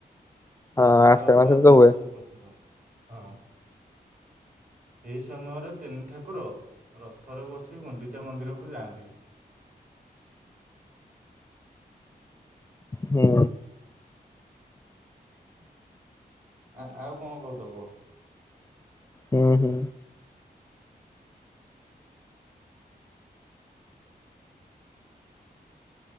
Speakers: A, on the left (about 20°); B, on the right (about 55°).
A: ହଁ ଆଷାଢ଼
B: ରଥଯାତ୍ରା
A: ମାସରେ ତ ହୁଏ
B: ବିଶ୍ଵ ପ୍ରସିଦ୍ଧ ହଁ। ଏହି ସମୟରେ ତିନି ଠାକୁର ରଥରେ ବସି ଗୁଣ୍ଡିଚା ମନ୍ଦିରକୁୁ ଯାଆନ୍ତି।
A: ହୁଁ
B: ଆ ଆଉ କଣ କହୁଚ କୁହ?
A: ହୁଁ-ହୁଁ।